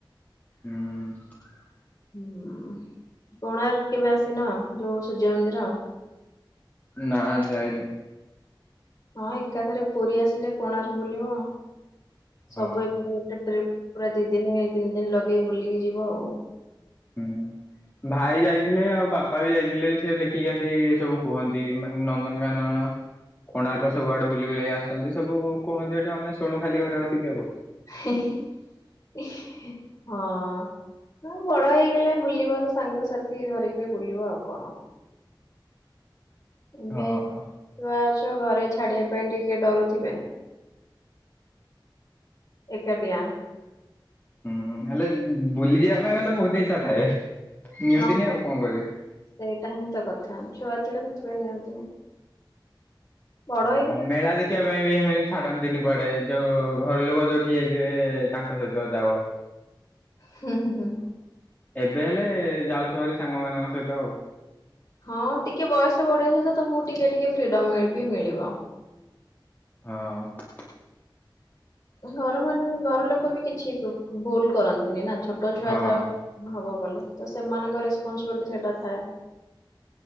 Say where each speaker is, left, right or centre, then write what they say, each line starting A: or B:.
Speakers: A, on the left (about 20°); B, on the left (about 40°).
A: ହୁଁ।
B: ହୁଁ, କୋଣାର୍କ କେବେ ଆସିନା ଯୋଉ ସୂର୍ଯ୍ୟ ମନ୍ଦିର?
A: ନା ଯାଇନୁ।
B: ହଁ ଏକାଥରେ ପୁରୀ ଆସିଲେ କୋଣାର୍କ ବୁଲିବ ଆଉ
A: ହଁ
B: ସବୁ ଏପଟେ ଗୋଟେ ଟ୍ରିପ। ପୁରା ଦି ଦିନ ତିନି ଦିନ ଲଗେଇ ବୁଲିକି ଯିବ ଆଉ। <inaudible>
A: ହୁଁ। ଭାଇ ଯାଇଥିଲେ ଆଉ ବାପା ବି ଯାଇଥିଲେ ସେ ଦେଖିକି ଆସି ସବୁ କୁହନ୍ତି ମାନେ ନନ୍ଦନକାନନ କୋଣାର୍କ ସବୁଆଡେ ବୁଲି ବୁଲେଇ ଆସୁଛନ୍ତି ସବୁ କୁହନ୍ତି ଏଠୁ ଆମେ ଶୁଣୁ ଖାଲି ଘରେ ବସିକି ଆଉ।
B: ହି ହି ଇହି ହଁ। ନା ବଡ ହେଇଗଲେ ବୁଲିବ ତ ସାଙ୍ଗସାଥି ଧରିକିରି ବୁଲିବ ଆଉ କଣ? ଏବେ
A: ହଁ
B: ଛୁଆ ଅଛ ଘରେ ଛାଡିବା ପାଇଁ ଟିକେ ଡରୁଥିବେ? ଏକାଟିଆ।
A: ହୁଁ ହୁଁ ହେଲେ ଉଁ ବୁଲିଯିବା ପାଇଁ ହେଲେ ବହୁତ ଇଚ୍ଛା ଥାଏ ନିଅନ୍ତିନି
B: ହଁ
A: ଆଉ କଣ କରିବୁ?
B: ସେଇଟା ହିଁ ତ କଥା ଛୁଆ ଥିଲେ ସେଥିପାଇଁ ନିଅନ୍ତିନି। ବଡ
A: ହଁ
B: ହେଇଗଲା
A: ମେଳା ଦେଖି ଶିଖିବା ପାଇଁ ବି ଏମିତି ଛାଡନ୍ତିନି କୁଆଡେ ଯୋଉ ଘର ଲୋକ ଯୋଉଠି ଯଇଥିବେ ତାଙ୍କ ସହିତ ଯାଅ।
B: ହୁଁ ହୁଁ ହୁଁ।
A: ଏବେ ହେଲେ ଯାଉଥିବ ହେରି ସାଙ୍ଗମାନଙ୍କ ସହିତ ଆଉ।
B: ହଁ ଟିକେ ବୟସ ବଢିବା ସହିତ ତମକୁ ଟିକେ ଟିକେ ଫ୍ରିଡମ ମେବି ମିଳିବ।
A: ହଁ।
B: ଘର ମାନ ଘର ଲୋକ ବି କିଛି କି ଭୁଲ କରନ୍ତିନି ନା ଛୋଟ ଛୁଆ
A: ହଁ
B: ଥା ହବ ବୋଲି ତ ସେମାନଙ୍କ ରେସପନସିବିଲିଟି ସେଇଟା ଥାଏ।